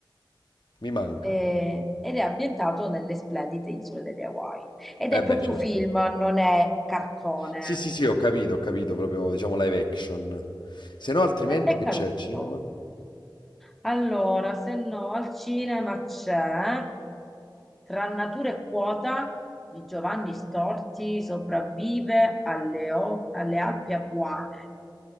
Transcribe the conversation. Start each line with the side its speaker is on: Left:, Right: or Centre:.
Left: mi manca.
Centre: eh, ed è ambientato nelle splendide isole delle Hawaii. Ed è
Left: Eh beh,
Centre: proprio
Left: certo.
Centre: film, non è cartone.
Left: Sì, sì, sì, ho capito, ho capito, proprio, diciamo, live action. Se no, altrimenti
Centre: Ed è
Left: che
Centre: caruccio.
Left: c'è al cinema?
Centre: Allora, se no, al cinema c'è Tra natura e quota di Giovanni Storti, sopravvive alle, o- alle Alpi Apuane.